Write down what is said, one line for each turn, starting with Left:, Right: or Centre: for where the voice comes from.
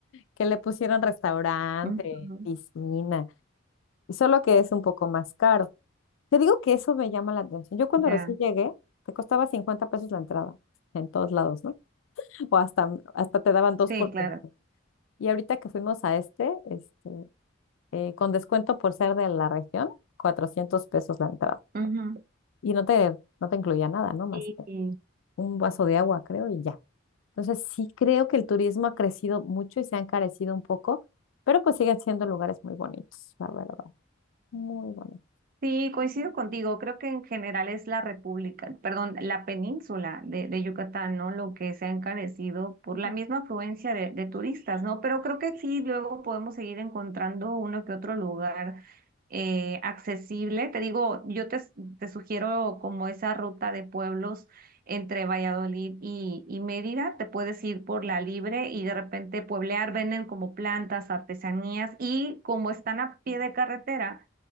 Left: que le pusieron restaurante,
Right: ujú,
Left: piscina, solo que es un poco más caro. Te digo que eso me llama la atención. Yo cuando
Right: Ya,
Left: recién llegué, te costaba 50 pesos la entrada, en todos lados, ¿no? O hasta, hasta te daban dos
Right: sí,
Left: por
Right: claro.
Left: cinco. Y ahorita que fuimos a este, este eh, con descuento por ser de la región, 400 pesos la entrada.
Right: Ujú.
Left: Y no te, no te incluía nada, ¿no? Más
Right: Y,
Left: que un vaso de agua, creo, y ya. Entonces, sí creo que el turismo ha crecido mucho y se ha encarecido un poco, pero pues siguen siendo lugares muy bonitos, la verdad, muy bonitos.
Right: Sí, coincido contigo. Creo que en general es la República, perdón, la península de, de Yucatán, ¿no? Lo que se ha encarecido por
Left: Ujú.
Right: la misma afluencia de, de turistas, ¿no? Pero creo que sí, luego podemos seguir encontrando uno que otro lugar eh, accesible. Te digo, yo te, te sugiero como esa ruta de pueblos entre Valladolid y, y Mérida. Te puedes ir por la libre y de repente pueblear, venden como plantas, artesanías y como están a pie de carretera